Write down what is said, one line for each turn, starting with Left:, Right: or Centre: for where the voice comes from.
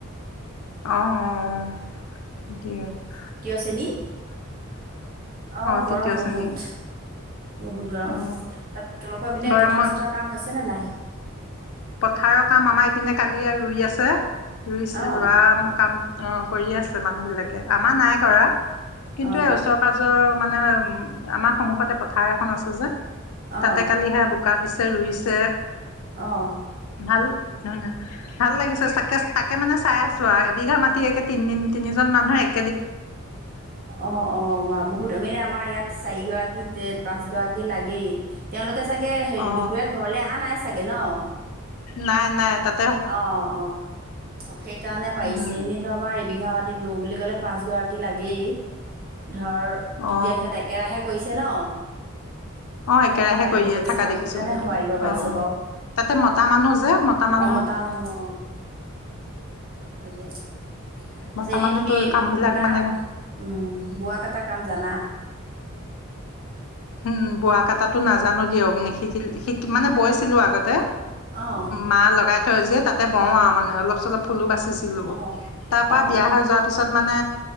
Left: অ', অ' দিয়া।
Right: তৃতীয় শ্ৰেণী। অ'
Left: তৃতীয়
Right: গৰম বহুত,
Left: শ্ৰেণী
Right: বহুত গৰম
Left: অ
Right: তাত তোমালোকৰ পিনে
Left: গৰমত
Right: পথাৰ চথাৰ কাম হৈছেনে নাই।
Left: পথাৰৰ কাম আমাৰ ইপিনে কালি আৰু ৰুই আছে। ৰুই
Right: অঁ
Left: ৰোৱা কাম অ'। কৰি আছে মানুহ বিলাক আমাৰ নাই কৰা, কিন্তু
Right: অঁ
Left: এই ওচৰ পাজৰ মানে উ আমাৰ সন্মূখতে পথাৰ এখন আছে। সজা <unintelligible>
Right: অঁ
Left: তাতে কালি সেয়া বোকা দিছে। ৰুইছে।
Right: অ',
Left: ভাল নন <unintelligible> ভাল লাগিছে চাকেচ তাকে-তাকে মানে চাই আছোঁ আৰু, এবিঘা মাটি একে তিনদিন তিনিজন মানুহ এক
Right: অ', অ', বা বহুত মানে আমাৰ ইয়াত চাৰিগৰাকী যে পাঁছগৰাকী লাগেই, তেওঁলোকে চাগে হেৰি
Left: অ
Right: দুপৰীয়া ঘৰলৈ অহা নাই চাগ গ ন <unintelligible>
Left: নাই, নাই তাত
Right: অ', অ, অ, সেইকাৰণে পাৰিছে
Left: উম
Right: এনেইতো আমাৰ এবিঘা মাত দ <unintelligible> বুলি ক'লে পাঁচগৰাকী লাগেই। ধৰ তেতিয়া
Left: অ
Right: সিহঁত একেৰাহে কৰিছে ন সেইকাৰণে
Left: অ' একেৰাহে
Right: হোৱাই
Left: কৰিয়ে
Right: দিব পাৰিছে
Left: থাককা
Right: অঁ
Left: দেখিছো
Right: সেইকাৰণে
Left: কিন্তু,
Right: হোৱাই দিব পাৰিছে
Left: অ' তাতে মতা মানুহ যে মতা মানুহ
Right: অ', মতা মানুহ দিয়া অ'। তাৰ
Left: মতা
Right: পিছত এনেই
Left: মানুহতো
Right: তুমি
Left: কাম বিলাক
Right: কিবা,
Left: মানে
Right: উম বোৱা কটা কাম জানা?
Left: উম বোৱা কটাটো নাজানো দিয়ক নেকি শিকিল-শিকি মানে বৈছিলো আগতে,
Right: অঁ,
Left: মা লগাই থৈ যে তাতে বওঁ আৰু মানে অলপ-চলপ ফুলো বাচিছিলো,
Right: অঁ,
Left: তাৰ পৰা
Right: অঁ,
Left: বিয়া হৈ যোৱাৰ পিছত মানে